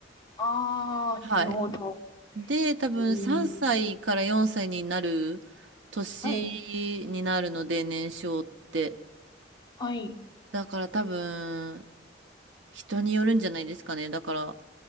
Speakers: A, on the left (about 25°); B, on the right (about 80°).
A: ああ、
B: はい。
A: なるほど。
B: で、多分3歳から4歳になる年になるので、
A: えーはい、
B: 年少って。
A: はい。
B: だから多分、人によるんじゃないですかね。だから、